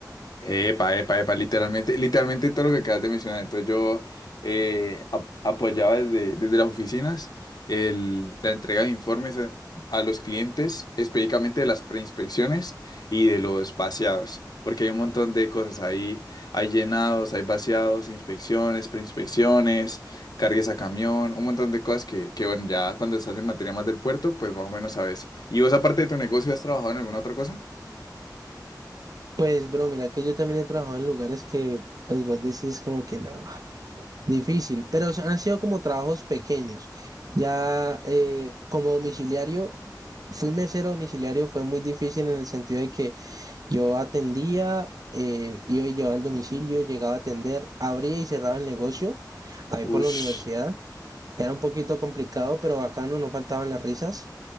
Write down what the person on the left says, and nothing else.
Epa, epa, epa, literalmente, literalmente todo lo que acabas de mencionar. Entonces yo eh, ap- apoyaba desde, desde las oficinas el- la entrega de informes a, a los clientes, específicamente de las preinspecciones y de los vaciados, porque hay un montón de cosas ahí, hay llenados, hay vaciados, inspecciones, preinspecciones, cargues a camión, un montón de cosas que, que bueno, ya cuando estás en materia más del puerto, pues más o menos sabes. ¿Y vos aparte de tu negocio has trabajado en alguna otra cosa?
Ush,